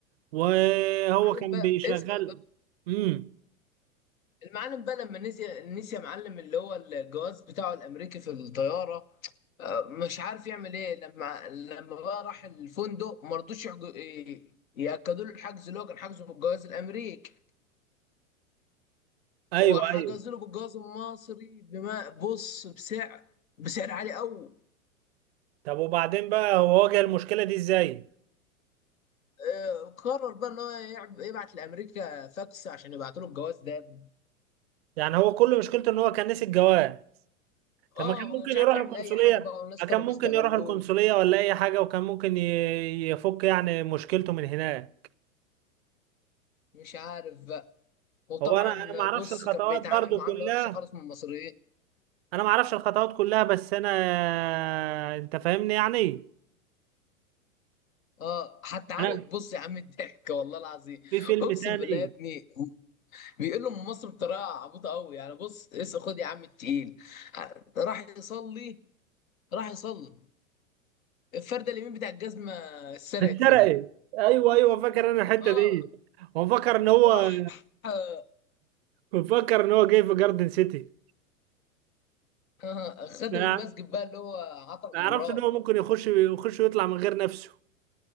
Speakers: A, on the right (about 50°); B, on the left (about 75°).
A: وهو
B: المعلم
A: كان
B: بقى
A: بيشغل
B: اسمع
A: امم
B: المعلم بقى لما نسي نسي يا معلم اللي هو الجواز بتاعه الامريكي في الطياره آه، مش عارف يعمل ايه لما لما بقى راح الفندق ما رضوش يحج- ي- ياكدوا له الحجز اللي هو كان حاجزه بالجواز الامريكي
A: ايوه
B: وحجزوا
A: ايوه
B: له بالجواز المصري بما بص بسعر بسعر عالي قوي
A: طب وبعدين بقى هو واجه المشكلة دي ازاي
B: آه، قرر بقى ان هو يعب- يبعت لامريكا فاكس عشان يبعتوا له الجواز ده
A: يعني هو كل مشكلته ان هو كان نسي الجواز طب
B: اه
A: ما كان ممكن
B: ما كانش عارف
A: يروح
B: يعمل
A: القنصلية
B: اي حاجه بقى والناس
A: ما
B: كانوا
A: كان ممكن
B: بيستغلوه
A: يروح القنصلية ولا أي حاجة وكان ممكن ي- يفك يعني مشكلته من هناك
B: مش عارف وطبعا
A: هو أنا أنا ما أعرفش
B: بص
A: الخطوات
B: كان بيتعامل
A: برضو
B: معامله
A: كلها
B: وحشه خالص من المصريين
A: أنا ما أعرفش الخطوات كلها بس أنا آه، أنت فاهمني يعني
B: اه حتى عارف
A: أنا
B: بص يا عم الضحك والله العظيم
A: في فيلم
B: اقسم
A: تاني
B: بالله يا ابني بيقول له من مصر بطريقه عبيطه قوي يعني بص اسا خد يا عم التقيل راح يصلي راح يصلي الفرده اليمين بتاع الجزمه اتسرقت
A: اتسرقت
B: منه
A: أيوه أيوه فاكر أنا الحتة
B: اه
A: دي وفكر إن هو
B: وراح آه
A: وفكر إن هو جاي في جاردن سيتي
B: آه، خادم
A: أنا
B: المسجد بقى اللي هو عطا غمراوي
A: ما أعرفش إن هو ممكن يخش يخش ويطلع من غير نفسه